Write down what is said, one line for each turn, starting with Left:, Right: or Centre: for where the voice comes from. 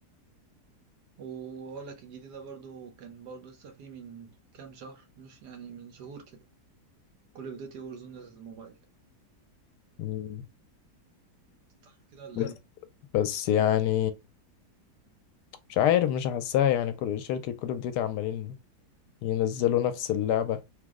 Right: واقول لك الجديده برضو كان برضو لسه في من كام شهر مش يعني من شهور كده كول اوف ديوتي وور زون للموبايل أنت
Left: مم.
Right: تعرف كده ولا
Left: بس
Right: ايه
Left: بس يعني مش عارف مش حاساها يعني كل شركة كول أوف ديوتي عمالين ينزلوا نفس اللعبة